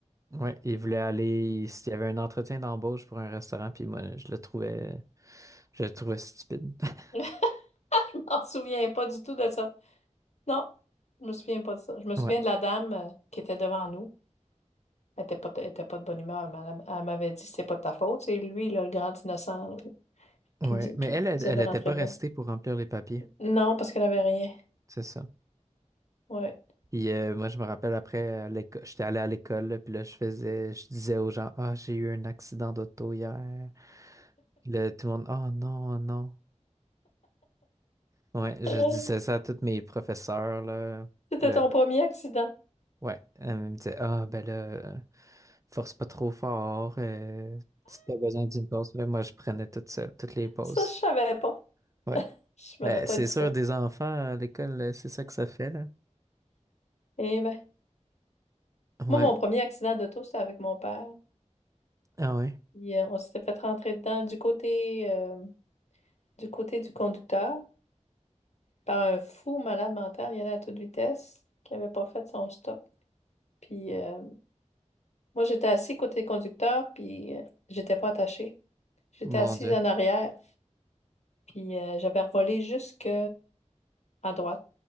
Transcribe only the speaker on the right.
Ouais, il voulait aller s'il y avait un entretien d'embauche pour un restaurant, puis moi, je le trouvais je le trouvais stupide. <laughs>
Ouais,
ouais.
Mais
elle,
elle,
elle
était
pas
restée pour remplir les papiers.
C'est ça.
Puis euh, moi, je me rappelle après, à l'éco- j'étais allé à l'école, là, puis là, je faisais, je disais aux gens, Ah, j'ai eu un accident d'auto hier. Puis là, tout le monde, Oh non, oh non. Ouais, je
disais ça à tous mes professeurs, là.
Puis là,
ouais, elle me disait, Ah, ben là, euh, force pas trop fort. euh, si t'as besoin d'une pause, là, moi, je prenais toute seule, toutes les pauses.
Ouais.
Ben,
c'est
sûr,
des enfants à l'école, euh, c'est ça que ça fait, là.
Ouais.
Ah ouais.
Mon
Dieu.